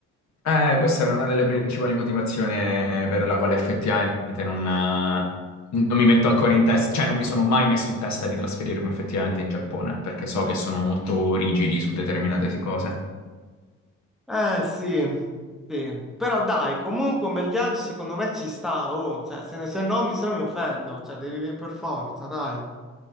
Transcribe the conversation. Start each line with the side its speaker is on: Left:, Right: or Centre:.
Left: Eh, questa è una delle principali motivazioni per la quale effettivamente non, eh, non mi metto ancora in testa, cioè non mi sono mai messo in testa di trasferirmi effettivamente in Giappone, perché so che sono molto rigidi su determinate cose.
Centre: Eh sì, sì. Però dai, comunque un bel viaggio secondo me ci sta, oh, cioè, se, se no mi, se no mi offendo, cioè devi venire per forza, dai.